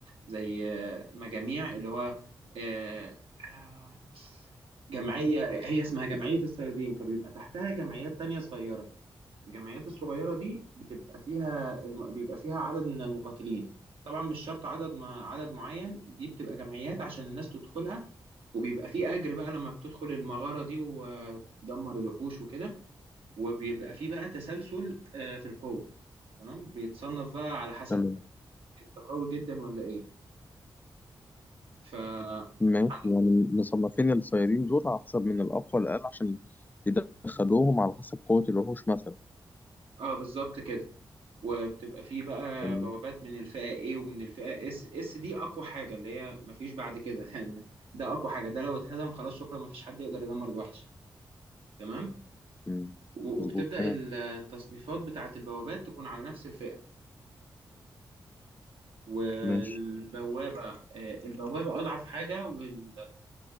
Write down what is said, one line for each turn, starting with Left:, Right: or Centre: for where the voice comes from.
Right: زي آه، مجاميع اللي هو آه، آه، جمعية هي اسمها جمعية الصيادين فبيبقى تحتها جمعيات تانية صغيرة الجمعيات الصغيرة دي بتبقى فيها الم... بيبقى فيها عدد من المقاتلين طبعا مش شرط عدد ما عدد معين دي بتبقى جمعيات عشان الناس تدخلها وبيبقى في أجر بقى لما بتدخل المغارة دي وتدمر الوحوش وكده وبيبقى في بقى تسلسل آه، في القوة تمام بيتصنف بقى على حسب
Left: اتفضل
Right: انت قوي جدا ولا ايه ف
Left: ماشي
Right: عندك-
Left: يعني مصنفين الصيادين دول على حسب من الأقوى للأقل عشان يدخلوهم على حسب قوة الوحوش مثلا
Right: اه بالظبط كده وبتبقى فيه بقى
Left: تمام
Right: بوابات من الفئة A ومن الفئة S S دي أقوى حاجة اللي هي مفيش بعد كده <laughs> يعني ده أقوى حاجة ده لو اتهدم خلاص شكرا مفيش حد يقدر يدمر الوحش تمام
Left: مم.
Right: و-
Left: مظبوط
Right: وبتبدأ
Left: تمام
Right: التصنيفات بتاعة البوابات تكون على نفس الفئة والبوابة
Left: ماشي
Right: آه، البوابة أضعف حاجة وال-